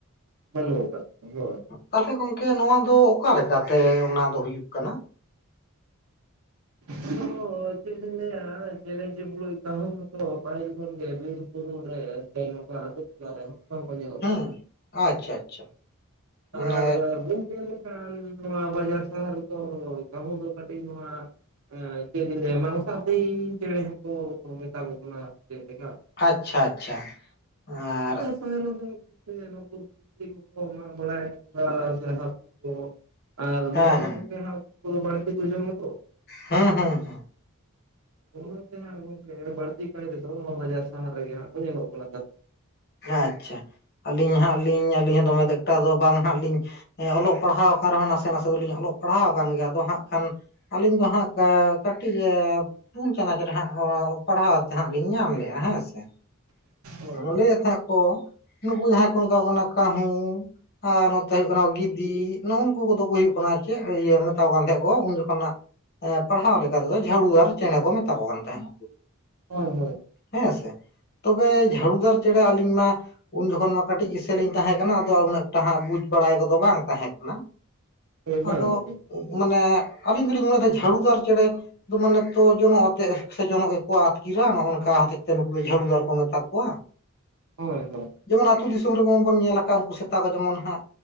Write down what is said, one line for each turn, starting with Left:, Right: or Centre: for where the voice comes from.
Right: ᱵᱟᱹᱱᱩᱜ ᱟᱠᱟᱜ ᱦᱳᱭ
Left: ᱛᱟᱞᱦᱮ ᱜᱚᱝᱠᱮ ᱱᱚᱣᱟ ᱫᱚ ᱚᱠᱟ ᱞᱮᱠᱟᱛᱮ ᱚᱱᱟ ᱫᱚ ᱦᱩᱭᱩᱜ ᱠᱟᱱᱟ?
Right: <unintelligible> ᱟᱫᱚ ᱪᱮᱫ ᱞᱤᱧ ᱞᱟᱹᱭᱟ ᱪᱮᱬᱮ ᱪᱩᱯᱲᱩᱡ ᱠᱟᱸᱦᱩ ᱠᱚᱠᱚ ᱯᱟᱹᱦᱤᱞ ᱠᱷᱚᱱ ᱜᱮ ᱵᱤᱨ ᱵᱩᱨᱩ ᱨᱮ ᱥᱮ ᱱᱚᱝᱠᱟᱱ ᱟ. ᱛᱩ ᱴᱚᱞᱟ ᱨᱮᱦᱚᱸ ᱠᱚᱢ ᱠᱚ ᱧᱮᱞᱚᱜ
Left: ᱦᱮᱸ
Right: ᱛᱟᱦᱮᱱᱟ᱾
Left: ᱟᱪᱪᱷᱟ ᱟᱪᱪᱷᱟ ᱢᱟᱱᱮ
Right: ᱟᱨ <unintelligible> ᱠᱟᱱ ᱱᱚᱣᱟ ᱵᱟᱡᱟᱨ ᱥᱟᱦᱟᱨ ᱨᱮᱫᱚ ᱠᱟᱹᱦᱩ ᱠᱟᱹᱴᱤᱡ ᱱᱚᱣᱟ ᱮᱸ ᱪᱮᱫ ᱞᱤᱧ ᱞᱟᱹᱭᱟ ᱢᱟᱱᱚᱥᱟᱫᱤ ᱪᱮᱬᱮ ᱠᱚᱠᱚ ᱢᱮᱛᱟ ᱠᱚ ᱠᱟᱱᱟ ᱟᱨ ᱪᱮᱫ ᱞᱮᱠᱟ
Left: ᱟᱪᱪᱷᱟ ᱟᱪᱷᱟ ᱟᱪᱷᱟ ᱟᱨ
Right: <unintelligible> ᱠᱚᱠᱚ ᱢᱟᱜ ᱵᱟᱲᱟᱭᱮᱫᱟ <unintelligible> ᱟᱨ ᱡᱟᱦᱟᱸ ᱠᱚᱠᱚ ᱟᱨ
Left: ᱦᱮᱸ
Right: ᱱᱚᱜᱼᱚᱭ ᱱᱚᱣᱟ
Left: ᱦᱮᱸ
Right: ᱠᱚᱜᱮ ᱦᱟᱸᱜ ᱩᱝᱠᱩ ᱠᱚᱫᱚ ᱵᱟᱹᱲᱛᱤ ᱠᱚ ᱡᱚᱢᱟ ᱛᱚ
Left: ᱦᱮᱸ ᱦᱮᱸ ᱦᱮᱸ
Right: ᱱᱚᱜᱼᱚᱭ ᱱᱚᱛᱮᱱᱟᱜ ᱜᱚᱝᱠᱮ ᱵᱟᱹᱲᱛᱤᱠᱟᱭ ᱛᱮᱫᱚ ᱱᱚᱣᱟ ᱵᱟᱡᱟᱨ ᱥᱟᱦᱟᱨ ᱨᱮᱜᱮ ᱦᱟᱸᱜ ᱠᱚ ᱧᱮᱞᱚᱜ ᱠᱟᱱᱟ ᱠᱟ
Left: ᱟᱪᱪᱷᱟ ᱟᱹᱞᱤᱧ ᱦᱟᱸᱜ ᱞᱤᱧ ᱟᱹᱞᱤᱧ ᱦᱚᱸ ᱫᱚᱢᱮ ᱮᱠᱴᱟ ᱫᱚ ᱵᱟᱝ ᱦᱟᱸᱜ ᱞᱤᱧ ᱦᱮᱸ ᱚᱞᱚᱜ ᱯᱟᱲᱦᱟᱣ ᱟᱠᱟᱱ ᱨᱮᱦᱚᱸ ᱱᱟᱥᱮ ᱱᱟᱥᱮ ᱫᱚᱞᱤᱧ ᱚᱞᱚᱜ ᱯᱟᱲᱦᱟᱣ ᱟᱠᱟᱱ ᱜᱮᱭᱟ ᱟᱫᱚ ᱦᱟᱸᱜ ᱠᱷᱟᱱ ᱟᱹᱞᱤᱧ ᱫᱚ ᱦᱟᱸᱜ ᱮ ᱠᱟᱹᱴᱤᱡ ᱮᱯ ᱯᱩᱱ ᱪᱟᱱᱟᱪ ᱨᱮ ᱦᱟᱸᱜᱼᱚ ᱯᱟᱲᱦᱟᱣ ᱛᱮᱦᱟᱸᱜ ᱞᱤᱧ ᱧᱟᱢ ᱞᱮᱜᱼᱟ ᱦᱮᱸᱥᱮ
Right: ᱦᱳᱭ
Left: ᱟᱞᱮ ᱦᱮᱠᱚ ᱱᱩᱠᱩ ᱡᱟᱦᱟᱸᱭ ᱠᱚ ᱢᱮᱛᱟ ᱠᱚ ᱠᱟᱱᱟ ᱠᱟᱹᱦᱩ ᱟᱨ ᱱᱚᱛᱮ ᱦᱩᱭᱩᱜ ᱠᱟᱱᱟ ᱜᱤᱫ ᱫᱤ ᱱᱩᱜᱼᱩᱝᱠᱩ ᱠᱚᱫᱚ ᱠᱚ ᱦᱩᱭᱩᱜ ᱠᱟᱱᱟ ᱪᱮᱫ ᱤᱭᱟᱹ ᱢᱮᱛᱟᱣ ᱟᱠᱚᱠᱟᱱ ᱛᱟᱦᱮᱸ ᱠᱚ ᱩᱱ ᱡᱚᱠᱷᱚᱱ ᱦᱟᱸᱜ ᱮᱸ ᱯᱟᱲᱦᱟᱣ ᱞᱮᱠᱟ ᱛᱮᱫᱚ ᱡᱷᱟᱣᱩᱣᱟᱨ ᱪᱮᱬᱮ ᱠᱚ ᱢᱮᱛᱟ ᱠᱚ ᱠᱟᱱ ᱛᱟᱦᱮᱸᱫ
Right: ᱦᱳᱭ ᱦᱳᱭ
Left: ᱦᱮᱸᱥᱮ ᱛᱚᱵᱮ ᱡᱷᱟᱲᱩᱫᱟᱨ ᱪᱮᱬᱮ ᱟᱹᱞᱤᱧ ᱢᱟ ᱩᱱ ᱡᱚᱠᱷᱚᱱ ᱢᱟ ᱠᱟᱹᱴᱤᱡ ᱤᱥᱮᱞ ᱤᱧ ᱛᱟᱦᱮᱸ ᱠᱟᱱᱟ ᱟᱫᱚ ᱩᱱᱟᱹᱜ ᱴᱟᱦᱟᱸᱜ ᱵᱩᱡᱽ ᱵᱟᱲᱟᱭ ᱠᱚᱫᱚ ᱵᱟᱝ ᱛᱟᱦᱮᱸ ᱠᱟᱱᱟ᱾
Right: ᱦᱳᱭ ᱦᱳᱭ ᱦᱳᱭ ᱦᱳᱭ ᱦᱩᱸ ᱦᱳᱭ ᱵᱟᱝ
Left: ᱟᱫᱚ
Right: ᱜᱚᱝᱠᱮ
Left: ᱢᱟᱱᱮ ᱟᱹᱞᱤᱧ ᱫᱩᱞᱤᱧ ᱢᱚᱱᱮᱭᱮᱫᱟ ᱡᱷᱟᱲᱩᱫᱟᱨ ᱪᱮᱬᱮ ᱠᱩ ᱢᱟᱱᱮ ᱛᱚ ᱡᱚᱱᱚᱜ ᱟᱛᱮᱜ ᱥᱮ ᱡᱚᱱᱚᱜ ᱜᱮᱠᱚ ᱟᱛᱠᱤᱨᱟ ᱱᱚᱜᱼᱚᱭ ᱱᱚᱝᱠᱟ ᱦᱚᱛᱮ ᱛᱮ ᱱᱩᱠᱩ ᱫᱚ ᱡᱷᱲᱩᱫᱟᱨ ᱠᱚ ᱢᱮᱛᱟ ᱠᱚᱣᱟ᱾
Right: ᱦᱳᱭ-ᱦᱳᱭ᱾
Left: ᱡᱮᱢᱚᱱ ᱟᱹᱛᱩ ᱫᱤᱥᱚᱢ ᱨᱮᱵᱚᱸ ᱵᱚᱱ ᱧᱮᱞᱟᱠᱟᱜ ᱩᱝᱠᱩ ᱥᱮᱛᱟ ᱠᱚ ᱡᱮᱢᱚᱱ ᱦᱟᱸᱜ